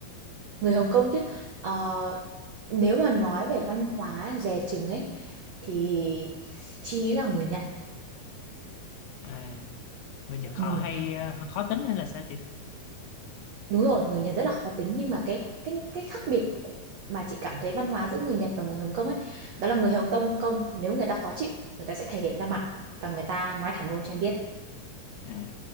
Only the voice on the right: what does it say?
người Hồng Kông chứ Ờ, nếu mà nói về văn hóa dè chừng ấy thì chị nghĩ là người Nhật
ừ,
đúng rồi người Nhật rất là khó tính nhưng mà cái cái cái khác biệt mà chị cảm thấy văn hóa giữa người Nhật và người Hồng Kông ấy đó là người Hồng Kông Kông nếu người ta khó chịu người ta sẽ thể hiện ra mặt và người ta nói thẳng luôn cho em biết